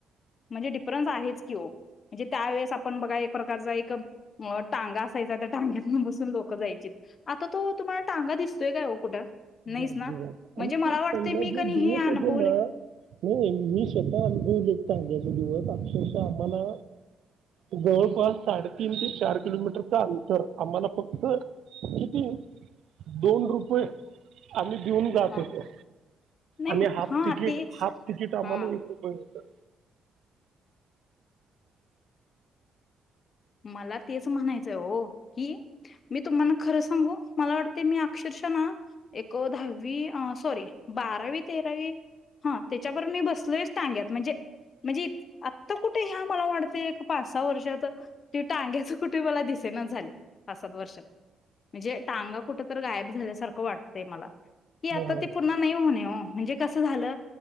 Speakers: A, on the left; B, on the right.
A: म्हणजे डिफरन्स आहेच की हो म्हणजे त्यावेेळेस आपण बघा एक प्रकारचा एक टांगा असायचा त्या टांग्यात बस लोक जायचीत आता तो तुम्हालाांगा दिसतोय काय कुठं नाहीच
B: अजिबात
A: ना म्हणजे
B: आणि
A: मला
B: ते
A: वाटते
B: पहिला
A: मी
B: जे
A: कणी
B: दिवस
A: हे अनुभवले
B: होते ना नाही मी स्वतः अनुभवलेेत चांगल्याचे दिवस अक्षरश आम्हाला. जवळपास साडेतीीन ते चार किलोमीटरच अंतर आम्हाला फक्त किती. दोन रुपये आम्ही. हेऊन जात
A: हां.
B: होतो
A: नाही
B: आणि हाफ
A: हा
B: तिकीट
A: तेच
B: हाफ तिकीट आम्हाला
A: हा
B: एक रुपये होत.
A: मला तेच म्हणायचंय हो की मी तुम्हाना खरं सांगू मला वाटत. ते मी अक्षरश ना एक दहावी सॉरी बारावी तेरावी. हा त्याच्यावर मी बसलच सांगत म्हणजे. म्हणजे आत्ता कुठे ह्या मला वाटते एक पाच सहा वर्षात. तेिवटांग्याच कुठे मला दिसेना झाले पाच सात वर्षात. म्हणजे टांगा कुठ तर गायब झाल्यासारखं वाटतय मला की आता
B: हा.
A: ती पुन्हा नाही होणे हो. म्हणजे कसं झालं